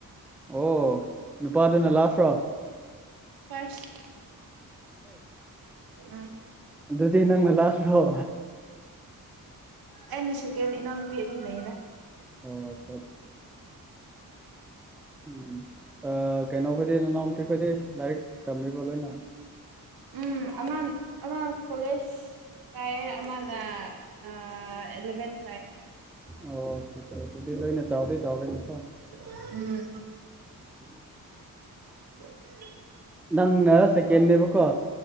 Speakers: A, in the centre; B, on the right.
A: ꯑꯣ ꯅꯨꯄꯥꯗꯨꯅ ꯂꯥꯁꯔꯣ
B: ꯐꯥꯔꯁ ꯎꯝ
A: ꯗꯨꯗꯤ ꯅꯪꯅ ꯂꯥꯁꯔꯣ
B: ꯑꯩꯅ ꯁꯦꯀꯦꯟꯅꯤ ꯏꯅꯥꯎꯅꯨꯄꯤ ꯑꯅꯤ ꯂꯩꯌꯦꯗꯥ
A: ꯑꯣ ꯑꯠꯁꯥ ꯎꯝ ꯑꯥ ꯀꯩꯅꯣꯈꯣꯏꯗꯤ ꯅꯅꯥꯎꯨꯄꯤ ꯈꯣꯏꯗꯤ ꯂꯥꯏꯔꯤꯛ ꯇꯝꯂꯤꯕ꯭ꯔꯣ ꯂꯣꯏꯅ
B: ꯎꯝ ꯑꯃ ꯑꯃ ꯀꯣꯂꯦꯖ ꯀꯥꯏꯌꯦ ꯑꯃꯅ ꯑꯥ ꯑꯦꯂꯦꯚꯦꯟ
A: ꯑꯣ ꯑꯗꯨꯗꯤ ꯂꯣꯏꯅ ꯆꯥꯎꯗꯤ ꯆꯥꯎꯔꯦꯅꯦꯀꯣ
B: ꯎꯝ
A: <inaudible>
B: <inaudible>
A: ꯅꯪꯅ ꯁꯦꯀꯦꯟꯅꯦꯕꯀꯣ